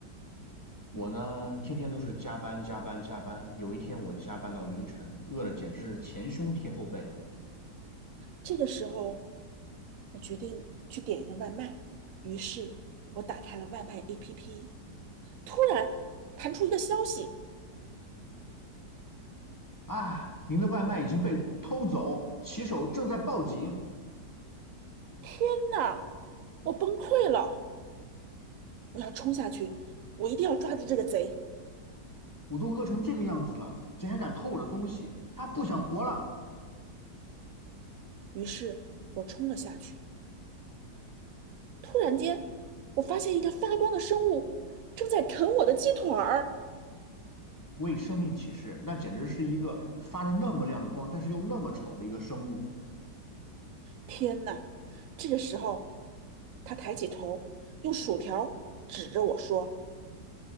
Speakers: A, on the left; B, on the right.
A: 我呢天天都是加班加班加班，有一天我加班到凌晨，饿得简直是前胸贴后背啊！
B: 这个时候我决定去点一个外卖，于是我打开了外卖 APP，突然弹出一个消息，
A: 啊，您的外卖已经被偷走，骑手正在报警，
B: 天呐，我崩溃了！我要冲下去，我一定要抓住这个贼。
A: 我都饿成这个样子了，谁还敢偷我的东西？他不想活了！
B: 于是我冲了下去，突然间我发现一个发光的生物正在啃我的鸡腿儿。
A: 我以生命起誓，那简直是一个发着那么亮的光，但是又那么丑的一个生物。
B: 天呐！这个时候，他抬起头，用薯条指着我说：